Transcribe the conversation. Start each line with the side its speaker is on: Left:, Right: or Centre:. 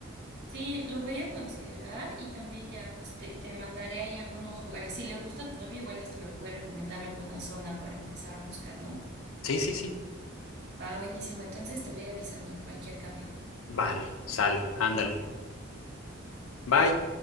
Right: Sí, lo voy a considerar y también ya pues te, te mandaré ahí algunos lugares. Si le gusta a tu novio, igual este me puede recomendar alguna zona para empezar a buscar, ¿no?
Left: Sí, sí, sí.
Right: Ah, buenísimo. Entonces te voy avisando cualquier cambio.
Left: Vale, sale, ándale. Bye.